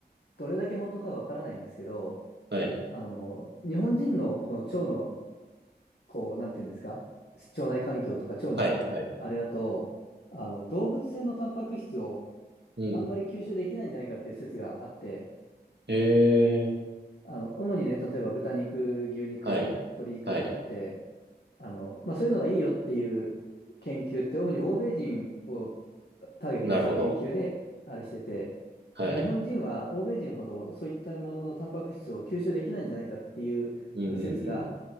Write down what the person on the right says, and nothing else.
はい。
はい。はい。うん。
えー。
はい。
はい。
なるほど。
はい。
うんうんうん。